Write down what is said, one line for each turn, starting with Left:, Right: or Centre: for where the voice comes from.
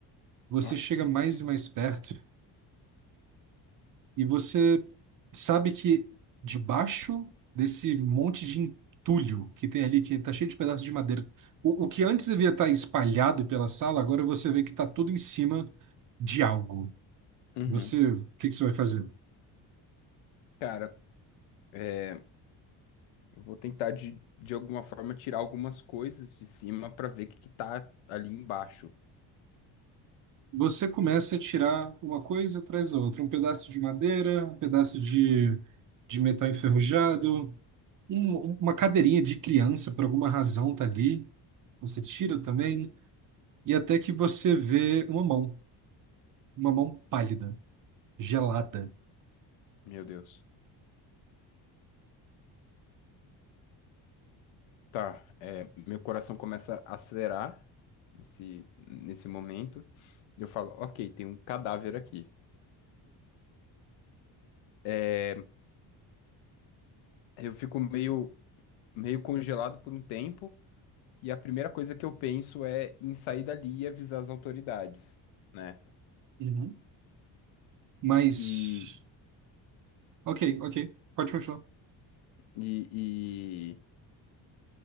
Right: Você
Left: nossa,
Right: chega mais
Left: que cheiro.
Right: e mais perto e você sabe que debaixo desse monte de entulho que tem ali, que tá cheio de pedaços de madeira, o, o que antes devia estar espalhado pela sala, agora você vê que tá tudo em cima de algo.
Left: Uhum.
Right: Você, o que que você vai fazer?
Left: Cara, é, eu vou tentar de, de alguma forma tirar algumas coisas de cima pra ver o que, que tá ali embaixo.
Right: Você começa a tirar uma coisa atrás da outra, um pedaço de madeira, um pedaço de, de metal enferrujado, um- uma cadeirinha de criança, por alguma razão, tá ali. Você tira também, e até que você vê uma mão, uma mão pálida, gelada.
Left: Meu Deus. Tá, é, meu coração começa a acelerar nesse, nesse momento. E eu falo, ok, tem um cadáver aqui. É, eu fico meio, meio congelado por um tempo, e a primeira coisa que eu penso é em sair dali e avisar as autoridades, né?
Right: Uhum. Mas.
Left: E,
Right: Ok, ok, pode continuar.
Left: e, e,